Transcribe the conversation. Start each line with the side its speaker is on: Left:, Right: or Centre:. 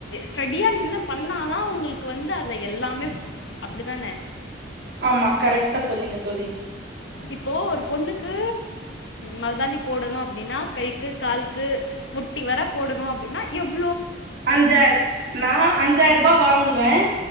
Left: ஸ்டெடிய நின்னு பண்ணா தா உங்ளுக்கு வந்து அத எல்லாமே அப்படி தான
Right: ஆமா கரெக்டா சொன்னீங்க தோழி
Left: இப்போ ஒரு பொண்ணுக்கு மருதாணி போடணு அப்படின்னா கைக்கு காலுக்கு முட்டி வர போடணும் அப்படின்னா எவ்
Right: அஞ்சாய நான் அஞ்சாயிருபா வாங்குவேன்